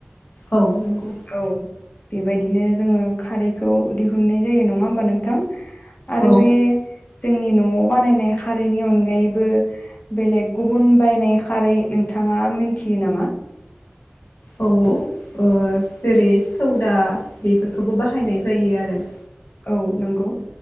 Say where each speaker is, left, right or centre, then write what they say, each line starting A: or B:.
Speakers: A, on the left (about 65°); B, on the left (about 40°).
A: औ नंगौ।
B: औ बेबायदिनो जोङो खारैखौ दिहुननाय जायो नङा होमबा नोंथां? आरो
A: औ
B: बे जोंनि न'आव बानायनाय खारैनि अनगायैबो बेलेग गुबुन बायनाय खारै नोंथाङा मिथियो नामा?
A: औ औ। ओ जेरै सौदा बेफोरखौबो बाहायनाय जायो आरो
B: औ नंगौ